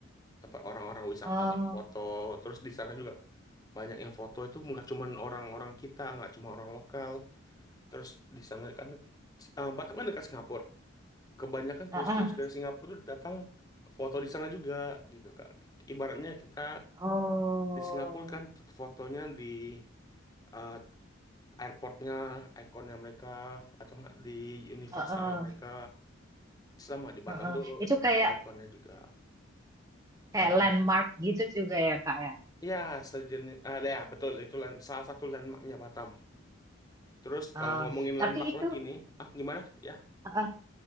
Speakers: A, on the left; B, on the right.
A: tempat orang-orang wisatawan
B: Oh,
A: foto terus di sana juga banyak yang foto itu nggak cuman orang-orang kita nggak cuma orang lokal Terus di sana kan eh, Batam kan dekat Singapura. Kebanyakan
B: heeh.
A: turis-turis dari Singapura tuh datang foto di sana juga gitu Kak. Ibaratnya kita
B: Oh,
A: di Singapura kan fotonya di eh, airportnya ikonnya mereka atau nggak di Universal
B: heeh,
A: mereka sama di Batam
B: heeh.
A: tuh
B: Itu kayak
A: ikonnya juga.
B: kayak
A: Nah, gimana?
B: landmark gitu juga ya, Kak, ya?
A: Ya, sejenis ah, ya betul itu land, salah satu landmarknya Batam. Terus kalau
B: Oh,
A: ngomongin landmark
B: tapi itu
A: lagi nih, ah gimana? Ya,
B: eh,